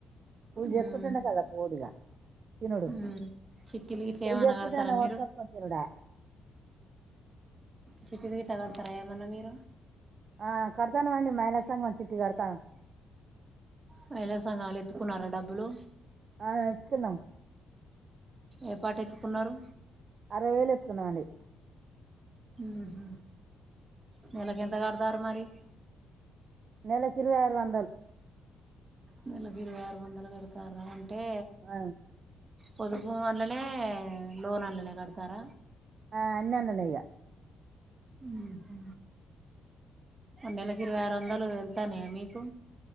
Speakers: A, on the right; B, on the right.
A: కూలీ చేసుకుంటేనే
B: ఉమ్
A: కదా కుడు ఇగ తినుడు
B: ఉమ్ చిట్టీలు గిట్లా
A: కూలో
B: ఏమన్నా
A: చేసుకుంటే
B: కడతారా
A: కొనుక్కొచ్చి
B: మీరు
A: తినుడయే
B: చిట్టీలు గిట్ల కడుతర ఏమన్న మీరు
A: ఆ కడుతానమండి మహిళా సంఘం చిట్టి కడుతానం
B: మైల సంగం ల ఎత్తుకున్నార డబ్బులు
A: ఆ ఎత్తుకున్నాం
B: ఏపటేత్తుకున్నారు
A: అరవై వేలు ఎత్తుకున్నామండి
B: మ్ హు నేలకేంత కడుతర్రు మరి
A: నెలకిరవై ఆరు వందాలు
B: నేలకి ఇరవై ఆరు వందలు కడుతార్ర ఆన్ ఎ
A: ఆ,
B: పొదుపు అండ్లనే లోన్ అండ్లనే కడతార్ర
A: ఆ అన్నిఅండ్లనే ఇగ
B: మ్ హు మరి నేలకు ఇరవై ఆరు వందలు ఎల్తాన్నాయా మీకు